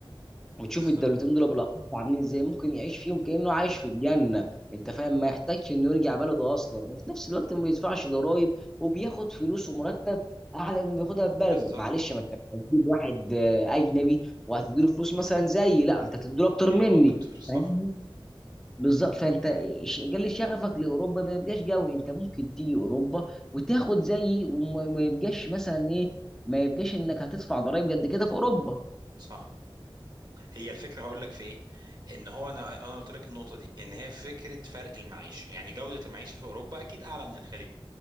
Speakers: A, in the centre; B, on the right.
A: وتشوف
B: بالظبط
A: الدولتين دول بالاخص عاملين ازاي ممكن يعيش فيهم كانه عايش في الجنه انت فاهم ما يحتاجش انه يرجع بلده اصلا وفي نفس الوقت ما بيدفعش ضرائب وبياخد فلوس ومرتب اعلى من اللي بياخدها في بلده
B: بالظبط
A: معلش ما انت مش هتجيب واحد آه، اجنبي وهتديله فلوس مثلا زيي لا انت هتديله اكتر
B: اديله
A: مني
B: أكتر صح
A: فاهمني بالظبط فانت ش- قل شغفك لاوروبا ما يبقاش قوي انت ممكن تيجي اوروبا وتاخد زيي وما ما يبقاش مثلا ايه ما يبقاش انك هتدفع ضرائب قد كده في اوروبا
B: صح هي الفكره هقول لك في ايه ان هو انا انا قلت لك النقطه دي ان هي فكره فرق المعيشه يعني جوده المعيشه في اوروبا اكيد اعلى من الخليج